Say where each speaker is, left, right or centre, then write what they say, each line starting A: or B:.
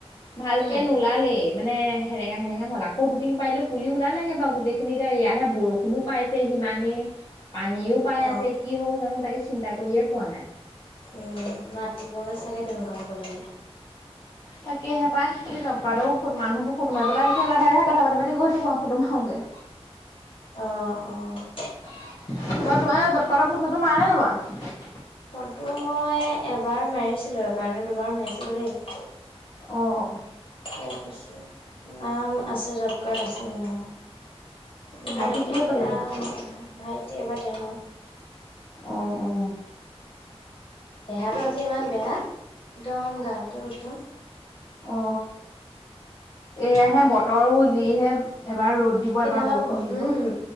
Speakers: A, on the left; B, on the left.
A: ভালকে
B: উম
A: নোলালেই। মানে সেৰেঙা সেৰেঙা হ'ল আকৌ দুটিং পাৰিলো, পুলি ওলালেগে বাও গোটেইখিনি এতিয়া ইয়াহে বৰষুণো পাইছে সিমানেই। পানীও পাই আছে,
B: অ
A: কি হ'ব জানো তাকেচি চিন্তা কৰিয়ে পোৱা নাই।
B: উম মাতিবগৈ চাগে তেনেকুৱা হ'বলে হ'লে।
A: তাকেহে পায় সেই জবকাৰ্ডৰো মানুহবোৰ ফুটো মাৰিব লে আহিছে লাহে লাহে কথা পাতি পাতি গৈ থাকো আও ফুটো মাৰোঙগে।
B: অ' অ'।
A: <inaudible> তোমা তোমাৰ এ জবকাৰ্ডৰ ফটো চটো মাৰা নে নামাৰা। হা
B: ফটো মই এবাৰ মাৰিছিলো, এবাৰ ন দুবাৰ মাৰিছিলো দেই।
A: অঁ অ‌ঁ।
B: তাৰ পাছত নাম। আছে জব কাৰ্ড আছে মানে অ
A: ভাইটি কিহত
B: এতিয়া
A: পালেগে?
B: ভাইটি এবাৰ তেনট।
A: অহ অ।
B: দেহাটো আজি ইমান বেয়া। একদম গাটো। টো
A: অ এয়াহে বত বতৰো যিহে, এবাৰ ৰ'দ দিব
B: সেইদিনাখন
A: এবাৰ বৰষুণ দিব।
B: উম।